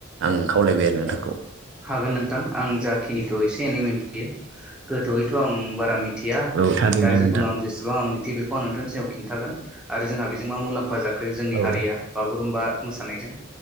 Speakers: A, on the right; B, in the centre.
A: आं। खावलायबाय आरो नोंथांखौ
B: औ हागोन नोंथां। आं जाखिनिखौ एसे एनै मिथियो गोथौयैथ' आं बारा मि थिया
A: औ थारैनो
B: दा
A: नोंथां
B: जिखुन आं जेसेबां आं मिथियो बेखौ आं नोंथांनि सिगाव खिन्थागोन। आरो जोंहा बेजों मा मुलाम्फा जाखो जोंनि
A: औ
B: हारिया बा बागुरुमबा मोसानायजों।